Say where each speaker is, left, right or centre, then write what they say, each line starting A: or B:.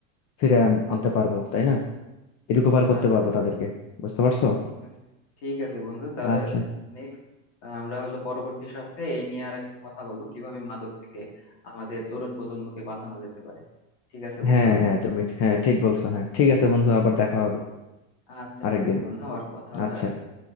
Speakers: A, on the left; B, on the left.
A: ফিরে আন- আনতে পারবো তাই না রিকভার করতে
B: আচ্ছা
A: পারবো তাদেরকে বুঝতে পারছো
B: ঠিক আছে ঠিক আছে বন্ধু তাহলে
A: আচ্ছা
B: নেক্সট আমরা হলো পরবর্তী সপ্তাহে এই নিয়ে আর একটু কথা বলবো কিভাবে মাদক থেকে আমাদের তরুণ প্রজন্মকে বাঁচানো যেতে পারে ঠিক আছে বন্ধু
A: হ্যাঁ হ্যাঁ তুমি হ্যাঁ ঠিক বলছো হ্যাঁ ঠিক আছে বন্ধু আবার দেখা হবে
B: আচ্ছা
A: আরেকদিন
B: ঠিক আছে বন্ধু আবার কথা হবে
A: আচ্ছা
B: আরেকদিন